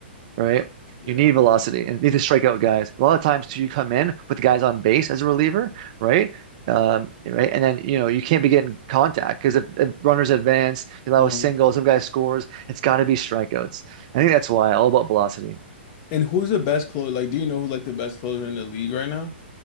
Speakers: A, on the right; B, on the left.
A: right?
B: yeah.
A: You need velocity and you need to strike out guys. A lot of times too, you come in with the guys on base as a reliever, right? Um, right, and then you know you can't be getting contact because if, if runners advance, you allow
B: Um,
A: a single, some guy scores, it's got to be strikeouts. I think that's why all about velocity.
B: and who's the best closer? Like, do you know who's like the best closer in the league right now?